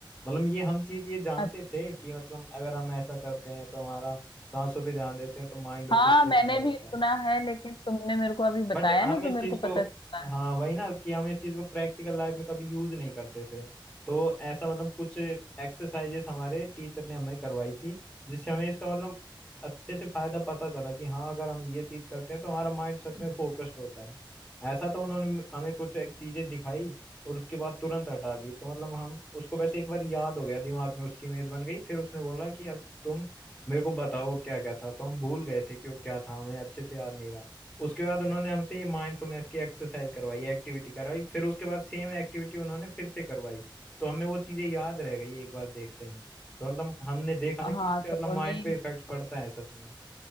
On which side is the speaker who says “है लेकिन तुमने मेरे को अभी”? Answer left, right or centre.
Left